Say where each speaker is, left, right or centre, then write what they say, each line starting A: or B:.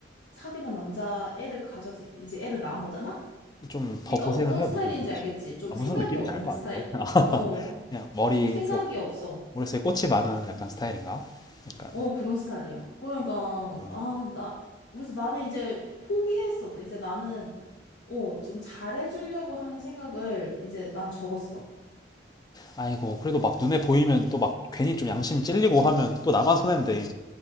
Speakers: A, on the left; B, on the left.
A: 사귀는 남자 애를 가져서 이제 애를 낳은 거잖아?
B: 좀 더
A: 그러니까
B: 고생을
A: 어떤
B: 해보고,
A: 스타일인지
B: 그치?
A: 알겠지? 좀
B: 아,
A: 생각이
B: 무슨 느낌인지
A: 없는
B: 알 것
A: 스타일?
B: 같아. <laughs>
A: 어,
B: 그냥 머릿속,
A: 좀 생각이 없어.
B: 머릿속에 꽃이 많은 약간 스타일인가? 약간,
A: 어, 그런 스타일이야. 그러니까
B: 어.
A: 아, 나 그래서 나는 이제 포기했어. 이제 나는 어, 좀 잘해주려고 하는 생각을 이제 난 접었어.
B: 아이고, 그래도 막 눈에 보이면 또 막 괜히 좀 양심이 찔리고 하면 또 나만 손해인데,